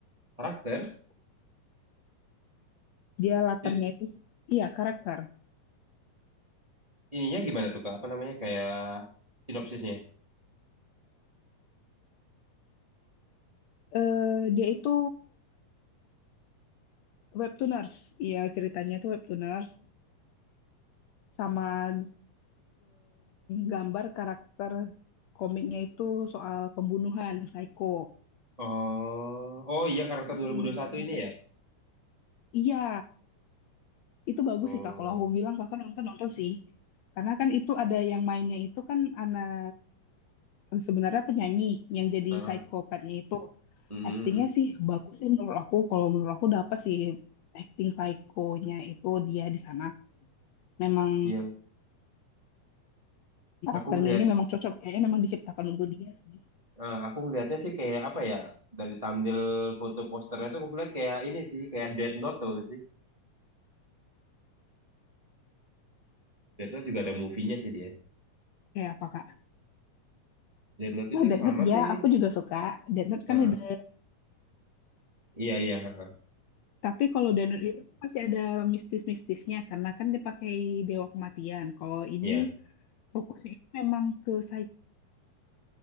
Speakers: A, on the right (about 20°); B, on the left (about 70°).
A: Karakter?
B: Dia latarnya
A: Si-
B: itu iya karakter.
A: ininya gimana tuh kak? Apa namanya kayak sinopsisnya?
B: Eh, dia itu webtooners. Iya ceritanya itu webtooners sama gambar karakter komiknya itu soal pembunuhan, psycho.
A: Oh, oh iya karakter
B: Hmm,
A: dua-dua satu
B: nah,
A: ini
B: ter-
A: ya.
B: iya, itu bagus
A: Oh,
B: sih Kak. Kalau aku bilang Kakak nonton nonton sih. Karena kan itu ada yang mainnya itu kan anak sebenarnya penyanyi yang jadi
A: heeh.
B: psikopatnya itu.
A: Hmm,
B: Aktingnya sih bagus sih menurut aku. Kalau menurut aku dapat sih acting psikonya itu dia di sana. Memang
A: iya.
B: karakternya
A: Aku ngeliat,
B: ini memang cocok kayaknya memang diciptakan untuk dia sih.
A: eh, aku ngeliatnya sih kayak apa ya? Dari tampil foto posternya tuh aku lihat kayak ini sih, kayak Death Note tuh sih. Death Note juga ada movie-nya sih dia.
B: Kayak apa Kak?
A: Deadlock
B: Oh,
A: itu
B: Death
A: sama
B: Note ya,
A: sih.
B: aku juga suka. Death Note
A: Heeh.
B: kan udah
A: Iya, iya, heeh.
B: tapi kalau Death Note itu masih ada mistis-mistisnya karena kan dia pakai dewa kematian. Kalau ini
A: Iya.
B: fokusnya itu memang ke psikia